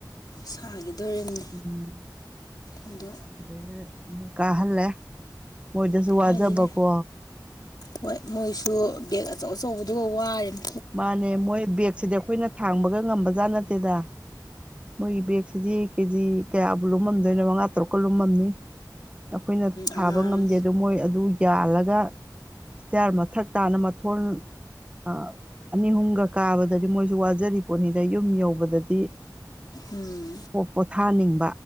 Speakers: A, on the left; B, on the right.
A: ꯁꯥꯒꯗꯣꯔꯤꯝꯅꯤ
B: ꯎꯝ
A: ꯑꯗꯣ
B: ꯑꯗꯩꯗꯨꯗ ꯑꯃꯨꯛ ꯀꯥꯍꯜꯂꯦ ꯃꯣꯏꯗꯁꯨ
A: ꯀꯥꯍꯜꯂꯦ
B: ꯋꯥꯖꯕꯀꯣ
A: ꯍꯣꯏ ꯃꯣꯏꯁꯨ ꯕꯦꯒ ꯑꯆꯧ ꯑꯆꯧꯕꯗꯨꯒ ꯋꯥꯔꯤꯅꯦ
B: ꯃꯥꯅꯦ ꯃꯣꯏ ꯕꯦꯒꯁꯤꯗꯤ ꯑꯩꯈꯣꯏꯅ ꯊꯥꯡꯕꯒ ꯉꯝꯕꯖꯥꯠ ꯅꯠꯇꯦꯗ ꯃꯣꯏ ꯕꯦꯛꯁꯤꯗꯤ ꯀꯦꯖꯤ ꯀꯌꯥ ꯂꯨꯝꯃꯝꯗꯣꯏꯅ ꯃꯉꯥ ꯇꯔꯨꯛꯀ ꯂꯨꯝꯃꯝꯅꯤ ꯑꯩꯈꯣꯏꯅ ꯊꯥꯕ
A: ꯑꯉꯥꯡ
B: ꯉꯝꯗꯦ ꯑꯗꯨ ꯃꯣꯏ ꯑꯗꯨ ꯌꯥꯜꯂꯒ ꯏ꯭ꯁꯇꯔ ꯃꯊꯛ ꯇꯥꯅ ꯃꯊꯣꯟ ꯑ ꯑꯅꯤ ꯑꯍꯨꯝꯒ ꯀꯥꯕꯗꯗꯤ ꯃꯣꯏꯁꯨ ꯋꯥꯖꯔꯤ ꯄꯣꯠꯅꯤꯗ ꯌꯨꯝ ꯌꯧꯕꯗꯗꯤ
A: ꯎꯝ
B: ꯄꯣꯊꯥꯅꯤꯡ